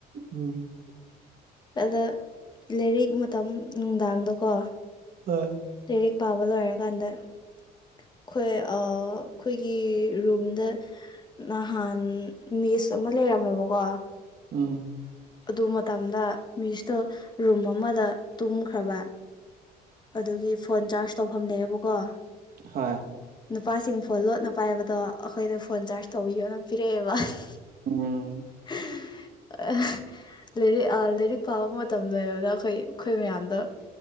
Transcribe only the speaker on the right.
ꯎꯝ
ꯍꯣꯏ
ꯎꯝ
ꯍꯥ
ꯎꯝ